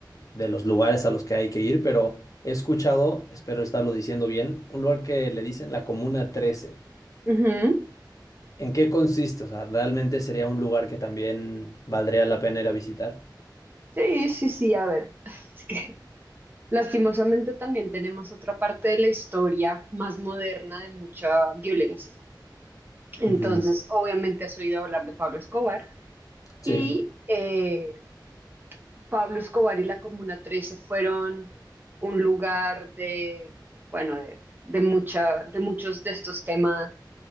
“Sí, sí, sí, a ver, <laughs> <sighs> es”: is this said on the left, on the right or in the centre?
Right